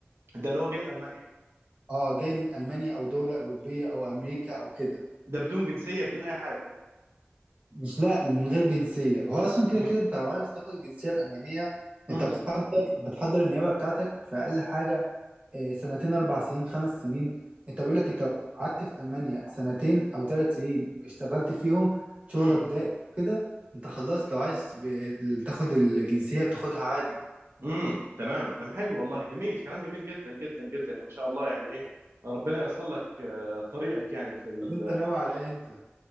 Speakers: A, on the right; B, on the right.
A: ده اللي هو جاي من المانيا
B: اه جاي من المانيا او دوله اوروبيه او امريكا او كده
A: ده بدون جنسيه بدون اي حاجه
B: مش لا من غير جنسيه هو اصلا كده
A: امم
B: كده انت لو عايز تاخد الجنسيه الالمانيه
A: امم
B: انت بتحضر بتحضر النيابه بتاعتك في اقل حاجه آه، سنتين اربع سنين خمس سنين انت بيقول لك انت لو قعدت في المانيا سنتين او ثلاث سنين اشتغلت فيهم شغلك
A: امم
B: ده كده انت خلصت لو عايز ب- تاخد الجنسيه بتاخدها عادي
A: امم تمام تمام حلو والله جميل كلام جميل جدا جدا جدا يعني ما شاء الله يعني ايه ربنا ييسر لك آه، طريقك يعني في ال...
B: طب انت ناوي على ايه انت